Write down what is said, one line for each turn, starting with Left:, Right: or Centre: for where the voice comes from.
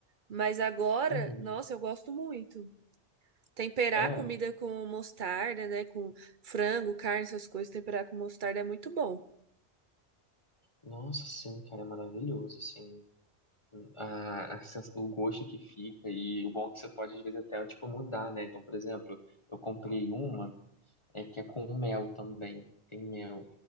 Right: Mas agora,
Left: uhum.
Right: nossa, eu gosto muito. Temperar
Left: É,
Right: a comida com mostarda, né? Com frango, carne, essas coisas, temperar com mostarda é muito bom.
Left: nossa, sim, cara, é maravilhoso, assim. A, a sens- o gosto que fica e o bom é que você pode, às vezes, até, tipo, mudar, né? Então, por exemplo, eu comprei uma é, que é com mel também. Tem mel.